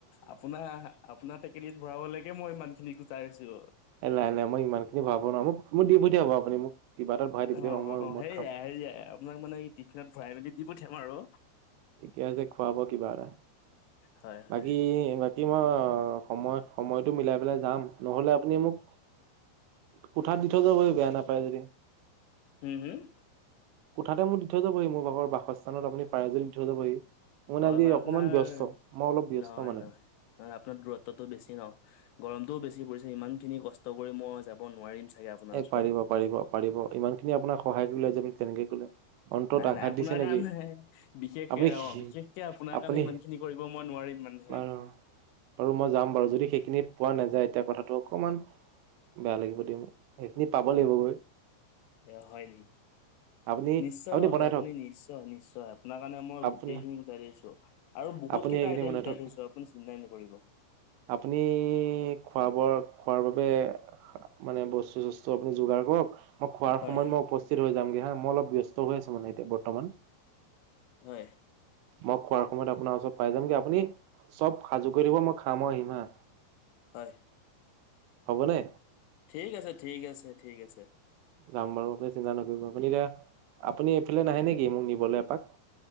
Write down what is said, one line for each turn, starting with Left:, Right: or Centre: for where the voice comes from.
Left: আপোনাৰ আপোনাৰ টেকেলিত ভৰাবলৈকে মই ইমান খিনিত গোটাইছোঁ।
Right: এ নাই নাই মই ইমান খিনি ভাৰাব নোৱাৰো মোক মোক দি পঠিয়াব আপুনি মোক কিবা এটাত ভৰাই দি
Left: অ',
Right: পঠিয়াব মই ৰুমত
Left: অ', সেয়াই
Right: খাম।
Left: সেয়াই আপোনাক মানে টিফিনত ভৰাই মেলি দি পঠিয়াম আৰু।
Right: ঠিকে আছে খোৱাব কিবা এটা,
Left: হয় হয়।
Right: বাকী মই সময় সময়টো মিলাই পেলাই যাম নহ'লে আপুনি মোক কোঠাত দি থৈ যাবহি বেয়া নাপায় যদি।
Left: উ হো?
Right: কোঠাতে মোক দি থৈ যাবহি মোৰ ভাগৰ বাসস্থানত আপুনি পাৰে যদি দি থৈ যাবহি মই মানে
Left: হয়
Right: আজি
Left: হয়
Right: অকমান
Left: আপোনাৰ
Right: ব্যস্ত মই অলপ ব্যস্ত
Left: নহয়
Right: মানে।
Left: নহয় আপোনাৰ দূৰত্বটো বেছি ন গৰমটোও বেছি পৰিছে ইমানখিনি কষ্ট কৰি মই যাব নোৱাৰিম চাগে আপোনাৰ
Right: এ
Left: ওচৰত
Right: পাৰিব পাৰিব পাৰিব ইমান খিনি আপোনাক সহায় কৰিলে যে তেনেকে কলে। অন্তৰত
Left: নাই
Right: আঘাত
Left: নাই আপোনাৰ
Right: দিছে নেকি
Left: কাৰণে হে। বিশেষকে
Right: আপুনি
Left: অ' বিশেষকে আপোনাৰ
Right: আপুনি
Left: কাৰণে ইমান খিনি কৰিব মই নোৱাৰিম মানহে।
Right: বাৰু বাৰু মই যাম বাৰু যদি সেইখিনি পোৱা নাযায় এতিয়া কথাটো অকমান বেয়া লাগিব দেই মোক। সেইখিনি পাব লাগিব গৈ।
Left: এ হয় নি?
Right: আপুনি
Left: নিশ্চয় পাব
Right: বনাই
Left: আপুনি
Right: থওক
Left: নিশ্চয় নিশ্চয় আপোনাৰ কাৰণে মই
Right: আপুনি
Left: গোটেইখিনি গোঠাই দিছোঁ। আৰু বহুত
Right: আপুনি
Left: কেইটা
Right: সেইখিনি
Left: আইটেম
Right: বনাই
Left: গোটাই
Right: থওক
Left: থৈছো আপুনি চিন্তাই নকৰিব।
Right: আপুনি খোৱা বোৱাৰ খোৱাৰ বাবে মানে বস্তু চস্তু আপুনি যোগাৰ কৰক মই খোৱাৰ
Left: হয়
Right: সময়ত মই উপস্থিত হৈ যামগৈ হা মই অলপ ব্যস্ত হৈ আছো মানে এতিয়া বৰ্তমান
Left: হয়
Right: মই খোৱাৰ সময়ত আপোনাৰ ওচৰত পাই যামগে আপুনি চব সাজু কৰি থব মই খাম আৰু আহিম হা
Left: হয়
Right: হ'ব দে
Left: ঠিক আছে ঠিক আছে ঠিক আছে
Right: যাম বাৰু চিন্তা নকৰিব আপুনি এতিয়া আপুনি এইফালে নাহে নেকি মোক নিবলে এপাক